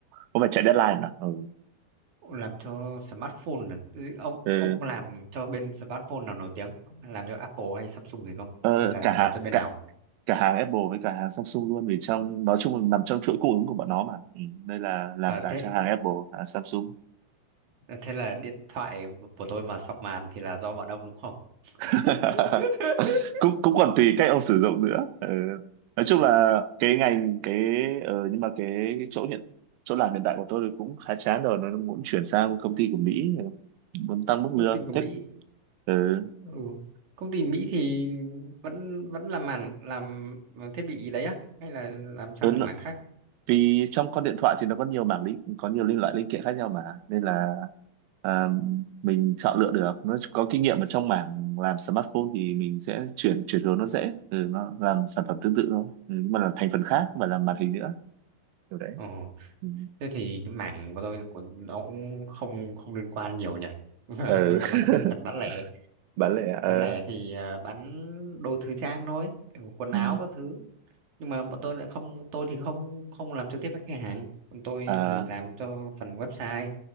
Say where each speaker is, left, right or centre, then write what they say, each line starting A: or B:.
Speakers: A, on the right (about 85°); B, on the right (about 50°).
A: cũng phải chạy deadline mà ừ.
B: làm cho smartphone à? Thế ông
A: Ừ.
B: ông làm cho bên smartphone nào nổi tiếng làm cho Apple hay Samsung gì không
A: Ờ,
B: hay là
A: cả hàng
B: làm cho bên
A: cả
B: nào
A: cả hàng Apple với cả hàng Samsung luôn vì trong nói chung là nằm trong chuỗi cung ứng của bọn nó mà ừ. Đây là làm
B: à,
A: cả
B: thế
A: cho hàng Apple hàng Samsung
B: thế là điện thoại của tôi mà sọc màn thì là do bọn ông đúng không
A: <laughs>
B: <laughs>
A: cũng cũng còn tùy cách ông sử dụng nữa ừ. nói chung là cái ngành cái ờ, nhưng mà cái, cái chỗ hiện chỗ làm hiện tại của tôi thì cũng khá chán rồi nó muốn chuyển sang công ty của Mỹ muốn tăng mức
B: công
A: lương
B: ty của Mỹ
A: thích ừ.
B: ừ. công ty Mỹ thì vẫn vẫn làm màn làm thiết bị gì đấy á hay là làm sang
A: Ừ.
B: mảng khác
A: vì trong con điện thoại thì nó có nhiều mảng linh có nhiều linh loại linh kiện khác nhau mà nên là à, mình chọn lựa được nó có kinh nghiệm ở trong mảng làm smartphone thì mình sẽ chuyển chuyển hướng nó dễ ừ, nó làm sản phẩm tương tự thôi ừ, nhưng mà là thành phần khác không phải là màn hình nữa kiểu đấy
B: Ồ
A: ừ.
B: thế thì cái mảng của tôi của nó cũng không không liên quan nhiều nhỉ <laughs>
A: Ừ.
B: tôi là
A: <laughs>
B: marketing phần bán lẻ
A: bán lẻ ờ,
B: bán lẻ thì à, bán đồ thời trang thôi kiểu quần áo
A: Ừ.
B: các thứ nhưng mà bọn tôi lại không tôi thì không không làm trực tiếp với khách hàng bọn tôi
A: à,
B: thì làm cho phần website